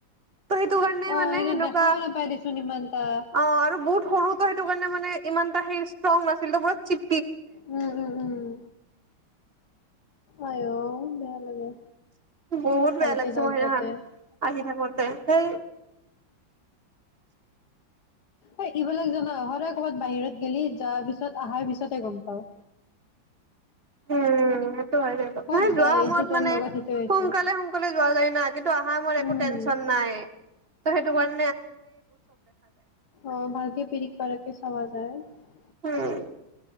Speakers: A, on the right; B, on the left.
A: ত' সেইটো কাৰণে
B: অ
A: মানে
B: এনে
A: সেনেকুৱা,
B: দেখাও নাপাই দেচোন ইমানটা
A: অ' আৰু বহুত সৰু ত' সেইটো কাৰণে মানে ইমানটা সি ষ্ট্ৰং নাছিল ত' পোৰা চিপ
B: উম উম- উম। আই অ' বেয়া লাগে।
A: বহুত
B: ভালকে
A: বেয়া লাগছে
B: যাওক
A: মোৰ সেইদিনাখন,
B: যাতে
A: আহি থাকোতে থেই। <inaudible>
B: অই এইবিলাক জানা, সদায় কৰ'বাত বাহিৰত গেলি যোৱাৰ পিছত আহাৰ পিছতহে গম পাও।
A: উম তই আহিলি এপাক,
B: সদায়
A: নাই যোৱা সময়ত
B: এইটো তোৰ
A: মানে
B: লগত সেইটো হৈছে
A: সোনকালে -সোনকালে যোৱা যায় না কিন্তু অহা সময়ত একো
B: উম।
A: টেনচন নাই ত' সেই <unintelligible>
B: অ' ভালকে পিৰিক পাৰাক কে চাৱা যায় <unintelligible>
A: উম